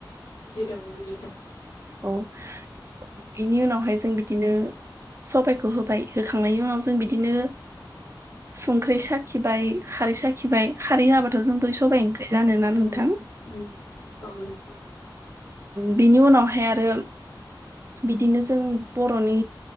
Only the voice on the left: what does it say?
बुजिदों बुजिदों।
उम
उम औ नंगौ